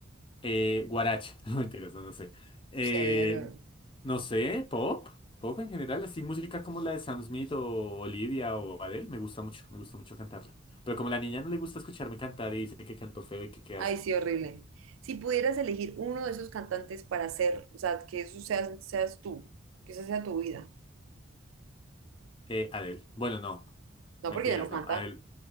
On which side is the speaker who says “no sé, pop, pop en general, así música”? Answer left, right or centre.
Left